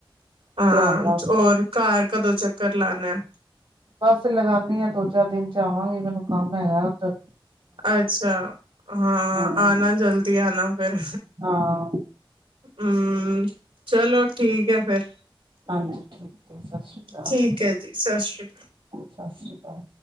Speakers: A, on the right (about 85°); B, on the right (about 65°).
A: ਹਾਂ
B: ਧਿਆਨ ਨਾਲ
A: ਚ ਹੋਰ ਘਰ ਕਦੋਂ ਚੱਕਰ ਲਾਣਾ?
B: ਬਸ ਲਗਾਨੀ ਆ ਦੋ-ਚਾਰ ਦਿਨ ਚ ਆਵਾਂਗੇ ਮੈਨੂੰ ਕੰਮ ਹੈਗਾ ਉੱਧਰ
A: ਅੱਛਾ ਹਾਂ
B: ਹੂੰ
A: ਆਨਾ ਜਲਦੀ ਆਨਾ ਫਿਰ
B: ਹਾਂ
A: ਹੂੰ ਚਲੋ ਠੀਕ ਹੈ ਫਿਰ
B: ਹਾਂਜੀ ਠੀਕ ਹੈ ਸਤਿ ਸ਼੍ਰੀ ਅਕਾਲ
A: ਠੀਕ ਹੈ ਸਤਿ ਸ਼੍ਰੀ
B: ਸਤਿ ਸ਼੍ਰੀ ਅਕਾਲ